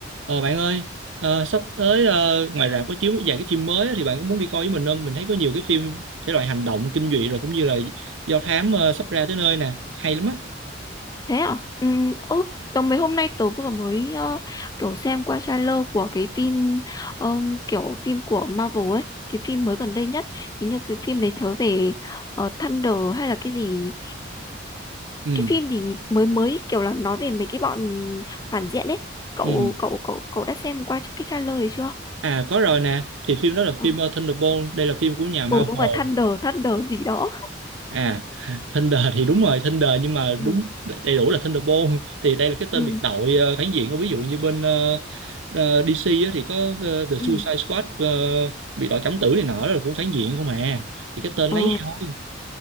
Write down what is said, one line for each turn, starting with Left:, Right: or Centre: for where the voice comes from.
Right: Ờ bạn ơi, ờ, sắp tới ờ, ngoài rạp có chiếu vài cái phim mới á, thì bạn có muốn đi coi với mình không? Mình thấy có nhiều cái phim thể loại hành động, kinh dị rồi cũng như là do thám ờ, sắp ra tới nơi nè, hay lắm á.
Left: Thế à? Ừ, ô, tớ mấy hôm nay tớ vừa mới ờ, kiểu xem qua trailer của cái phim ờ, kiểu phim của Marvel ấy, cái phim mới gần đây nhất. Hình như cái phim đấy thớ về ờ, Thunder hay là cái gì,
Right: Ừ,
Left: cái phim gì mới mới kiểu là nói về mấy cái bọn phản diện ấy. Cậu
Right: ừ.
Left: cậu cậu cậu đã xem qua cái trailer đấy chưa?
Right: À có rồi nè, thì phim đó là
Left: Ừ,
Right: phim ờ, Thunderbolt, đây là phim của nhà Marvel.
Left: ừ đúng rồi Thunder Thunder gì đó.
Right: À, Thunder thì đúng rồi, Thunder nhưng mà
Left: Ừ
Right: đúng đầy đủ là Thunderbolt thì đây là cái tên
Left: ừ
Right: biệt đội ờ, phản diện. Ví dụ như bên ờ, ờ, DC á, thì có ờ, The Suicide
Left: ừ.
Right: Squad ờ, biệt đội cấm tử này nọ đó là cũng phản diện không à. Thì cái tên
Left: Ồ.
Right: lấy thôi.